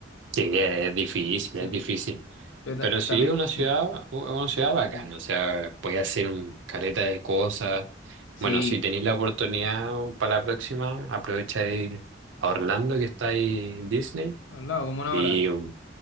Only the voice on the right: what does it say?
sí, que es difícil,
es difícil.
Pero
sí,
es una ciudad,
una ciudad bacana,
o sea, puedes hacer un careta de cosas.
Bueno, si tenéis la oportunidad para la próxima, aprovecha de ir a Orlando, que está ahí en Disney.
Y
um,